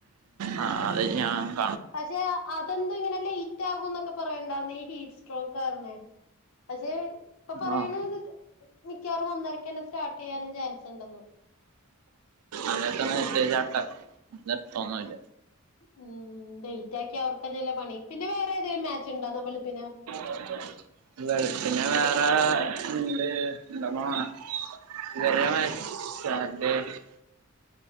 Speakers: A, on the right; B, on the left.
A: ആ അതൊ <unintelligible>
B: പഷെ അതെന്താ ഇങ്ങനെ ലയിറ്റാകും ന്നൊക്കെ പറയണ്ടായിരുന്നു ഈ ഹീറ്റ്സ്ട്രോക്ക് കാരണെ. പഷെ ഇപ്പ പറയ്ണ്
A: ആഹ്
B: മിക്കാറും ഒന്നരക്കന്നെ സ്റ്റാർട്ടയ്യാനും ചാൻസ്ണ്ടെന്ന്.
A: അതൊക്കെന്ന എത്തയ് ചാട്ടം ല തോന്നുല്ല
B: ഉം ഡേറ്റ് ആക്കിയാ അവർക്ക്ന്നെല്ലേ പണി. പിന്നെ വേറെ ഏതേലും മാച്ച് ഇണ്ടോ നവലപ്പിന്
A: വെളുപ്പിന് വേറെ ഇണ്ട് ഉണ്ടോ തോന്നണേ ഇന്നലെ വാങ്ങിട്ടാണ്ടേ